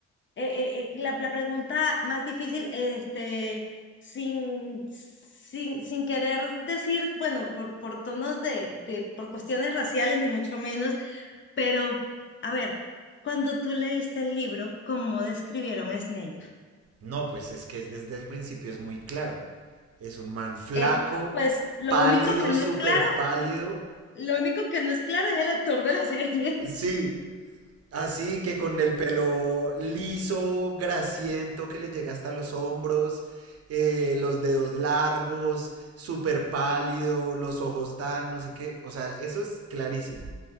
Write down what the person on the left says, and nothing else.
eh, eh, eh, la, la pregunta más difícil, este, sin, sin, sin querer decir, bueno, por, por tonos de, de, por cuestiones raciales, ni mucho menos, pero, a ver, cuando tú leíste el libro, ¿cómo describieron a Snape?
Eh, pues lo
único que no
es claro,
lo único que no es claro es el actor de la serie.
<laughs>